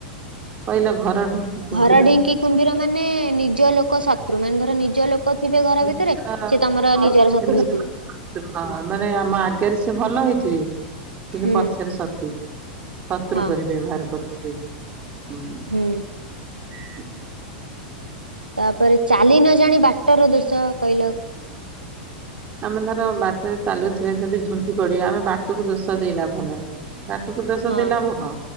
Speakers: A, on the right; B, on the right.
A: କହିଲ ଘର ଢିଙ୍କି କୁମ୍ଭୀର।
B: ଘର ଢିଙ୍କି କୁମ୍ଭୀର ମାନେ ନିଜ ଲୋକ ଶତ୍ରୁ। ମାନେ ଧର ନିଜ ଲୋକ ଥିବେ
A: <unintelligible>
B: ଘର ଭିତରେ ସେ ତମର ନିଜର ଶତ୍ରୁ ହେଇଥିବେ
A: ହଁ ମାନେ ଆମ ଆଗରେ ସେ ଭଲ ହେଇ ଥିବେ। କିନ୍ତୁ
B: ହୁଁ
A: ପଛରେ ଶତ୍ରୁ ଶତ୍ରୁ
B: ହଁ
A: ପରି ବ୍ୟବହାର କରୁଥିବେ। <unintelligible>
B: ହୁଁ ତାପରେ ଚାଲି ନ ଜାଣି ବାଟର ଦୋଷ କହିଲ।
A: ଆମେ ଧର ବାଟରେ ଚାଲୁଥିବା, ଯଦି ଝୁଣ୍ଟି ପଡିବା ଆମେ ବାଟକୁ ଦୋଷ ଦେଇ ଲାଭ ନାହିଁ। ବାଟକୁ ଦୋଷ
B: ହଁ
A: ଦେଇ ଲାଭ କଣ।